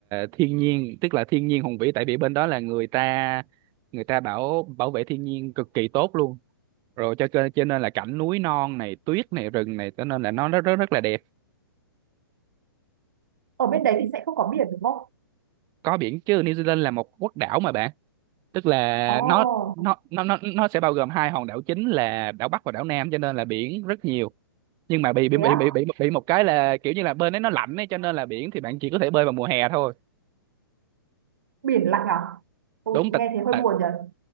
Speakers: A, on the right (about 30°); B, on the right (about 60°).
A: thiên nhiên tức là thiên nhiên hùng vĩ tại vì bên đó là người ta người ta bảo bảo vệ thiên nhiên cực kỳ tốt luôn rồi cho cho cho nên là cảnh núi non này tuyết này rừng này cho nên là nó rất rất rất là đẹp
B: Ở bên đấy thì sẽ không có biển đúng không?
A: có biển chứ New Zealand là một quốc đảo mà bạn tức là
B: Ồ,
A: nó nó nó nó nó sẽ bao gồm hai hòn đảo chính là đảo Bắc và đảo Nam cho nên là biển rất nhiều nhưng mà bị bị
B: thế
A: bị
B: á,
A: bị bị bị một cái là kiểu như là bên đấy nó lạnh ấy cho nên là biển thì bạn chỉ có thể bơi vào mùa hè thôi
B: biển lặng à? Ồ,
A: đúng tại
B: nghe thế hơi
A: tại
B: buồn nhở?